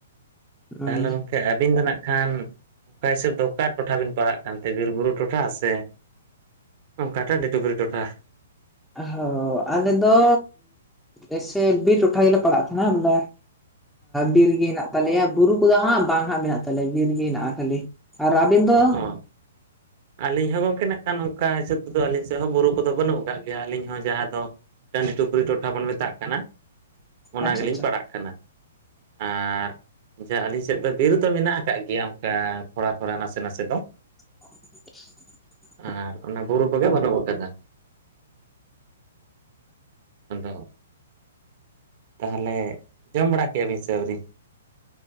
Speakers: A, in the centre; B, on the right.
A: ᱦᱳᱭ
B: ᱛᱟᱦᱚᱞᱮ ᱜᱚᱢᱠᱮ ᱟᱹᱵᱤᱱ ᱫᱚ ᱱᱟᱜ ᱠᱷᱟᱱ ᱚᱠᱟ ᱦᱤᱥᱟᱹᱵ ᱫᱚ ᱚᱠᱟ ᱴᱚᱴᱷᱟ ᱵᱮᱱ ᱯᱟᱲᱟᱜ ᱠᱟᱱᱛᱮ ᱵᱤᱨ ᱵᱩᱨᱩ ᱴᱚᱴᱷᱟ ᱥᱮ ᱚᱱᱠᱟ ᱫᱚ <unintelligible>
A: ᱦᱚ ᱟᱞᱮ ᱫᱚ ᱮᱻᱥᱮ ᱵᱤᱴ ᱴᱟᱴᱷᱟ ᱞᱮ ᱯᱟᱲᱟᱜ ᱛᱟᱦᱮᱱᱟ᱾ ᱵᱤᱨ ᱜᱮ ᱦᱮᱱᱟᱜ ᱛᱟᱞᱮᱭᱟ ᱵᱩᱨᱩ ᱠᱚᱫᱚ ᱦᱟᱸᱜ ᱵᱟᱝ ᱦᱟᱜ ᱢᱮᱱᱟᱜ ᱛᱟᱞᱮᱭᱟ ᱵᱤᱨ ᱜᱮ ᱦᱮᱱᱟᱜᱼᱟ ᱠᱷᱟᱹᱞᱤ᱾ ᱟᱨ ᱟᱹᱵᱤᱱ ᱫᱚ?
B: ᱚ ᱟᱹᱞᱤᱧ ᱦᱚᱸ ᱜᱚᱝᱠᱮ ᱱᱟᱜᱠᱷᱟᱱ ᱚᱱᱠᱟ ᱦᱤᱥᱟᱹᱵᱽ ᱛᱮᱫᱚ ᱟᱹᱞᱤᱧ ᱥᱮᱫ ᱦᱚᱸ ᱵᱩᱨᱩ ᱠᱚᱫᱚ ᱵᱟᱹᱱᱩᱜ ᱠᱟᱜ ᱜᱮᱭᱟ᱾ ᱟᱹᱞᱤᱧ ᱦᱚᱸ ᱡᱟᱦᱟᱸ ᱫᱚ, ᱴᱟᱺᱰᱤ ᱴᱩᱯᱨᱤ ᱴᱚᱴᱷᱟ ᱵᱚᱱ ᱢᱮᱛᱟᱜ ᱠᱟᱱᱟ, ᱚᱱᱟ
A: ᱟᱪᱪᱷᱟ
B: ᱜᱮᱞᱤᱧ
A: ᱟᱪᱪᱷᱟ
B: ᱯᱟᱲᱟᱜ ᱠᱟᱱᱟ᱾ ᱟᱨ ᱟᱹᱞᱤᱧ ᱥᱮᱫ ᱫᱚ ᱵᱤᱨ ᱫᱚ ᱢᱮᱱᱟᱜ ᱟᱠᱟᱫ ᱜᱮᱭᱟ ᱚᱱᱠᱟ ᱛᱷᱚᱲᱟ ᱛᱷᱚᱲᱟ ᱱᱟᱥᱮ ᱱᱟᱥᱮ ᱫᱚ᱾
A: <inaudible>
B: ᱟᱨ ᱚᱱᱟ ᱵᱩᱨᱩ ᱠᱚᱫᱟ ᱵᱟᱹᱱᱩᱜ ᱟᱠᱟᱫᱟ᱾ ᱟᱫᱚ ᱛᱟᱦᱚᱞᱮ ᱡᱚᱢ ᱵᱟᱲᱟ ᱠᱮᱫ ᱵᱤᱱ ᱥᱮ ᱟᱹᱣᱨᱤ?